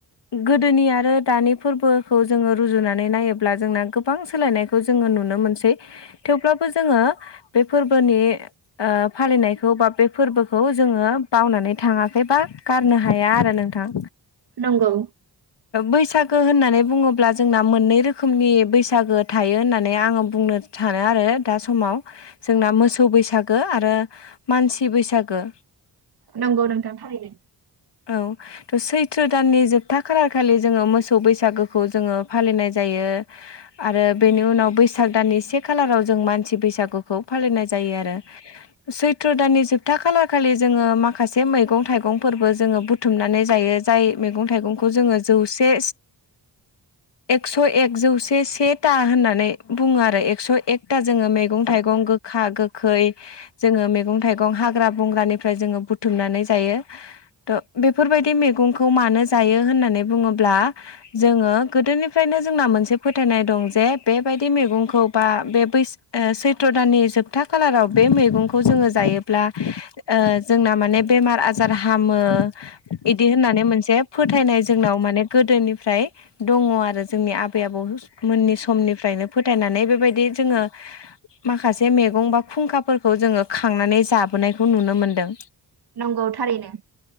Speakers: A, on the left; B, on the right.
A: गोदोनि आरो दानि फोरबोखौ जोङो रुजुनानै नायोब्ला जोंना गोबां सोलायनायखौ खौ जोङो नुनो मोनसै थेवब्लाबो जोङो बे फोरबोनि अ फालिनायखौ बा बे फोरबोखौ जोङो बावनानै थाङाखै बा गारनो हाया आरो नोंथां
B: नंगौ
A: बैसागो होननानै बुङोब्ला जोंना मोननै रोखोमनि बैसागो थायो होननानै आङो बुंनो सानो आरो दा समाव जोंना मोसौ बैसागो आरो मानसि बैसागो
B: नंगौ नोंथां थारैनोै
A: औ थ' सैथ्र दाननि जोबथा था खालार खालि जोङो मोसौ बैसागोखौ जोङो फालिनाय जायो आरो बेनि उनाव बैसाग दाननि से खालाराव जों मानसि बैसागोखौ फालिनाय जायो आरो सैत्र' दाननि जोबथा खालारखालि जोङो माखासे मैगं थाइगंफोरबो जोङो बुथुमनानै बुथुमनानै जायो जाय मैगं थाइगंखौ जोङो जौसे एकस' एक जौसे सेथा होननानै बुङो आरो एकस' एकथा जोङो मैगं थाइगं गो- गोखा गोखै जोङो मैगं थाइगं हाग्रा बंग्रानिफ्राय जोङो बुथुमनानै जायो। थ' बेफोरबायदि मैगंखौ मानो जायो होननानै बुङोब्ला जोङो गोदोनिफ्रायनो जोंना मोनसे फोथायनाय दं जे बेबायदि मैगंखौ बा बे बैसा- ओ सैथ्र' दाननि जोबथा खालाराव बे मैगंखौ जोङो जायोब्ला ओ जोंना माने बेमार आजार हामो इदि होननानै मोनसे फो- थायनाय जोंनाव माने गोदोनिफ्राय दङ' आरो जोंनि आबै आबौ मोननि समनिफ्रायनो फोथायनानै बेबायदि जोङो माखासे मैगं बा खुंखाफोरखौ जोङो खांनानै जाबोनायखौ नुनो मोनदों।
B: नंगौ थारैनो